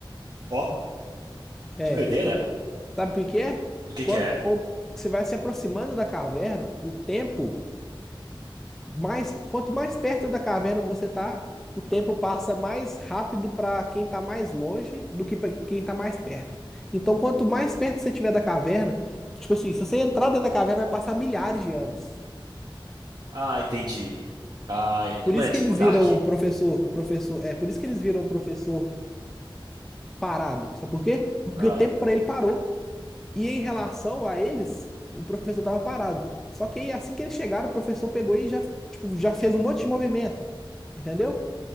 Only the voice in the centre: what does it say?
É.
Sabe por quê?
Quanto,
com- você vai se aproximando da caverna, o tempo, mais, quanto mais perto da caverna você tá, o tempo passa mais rápido para quem tá mais longe do que para quem tá mais perto. Então, quanto mais perto você tiver da caverna, tipo assim, se você entrar dentro da caverna, vai passar milhares de anos.
Por
isso
que eles
viram o professor, o professor, é, por isso que eles viram o professor parado. Sabe por quê? Porque
o tempo para ele parou. E em relação a eles, tipo, o professor estava parado. Só que aí, assim que eles chegaram, o professor pegou e já, tipo, já fez um monte de movimento. Entendeu?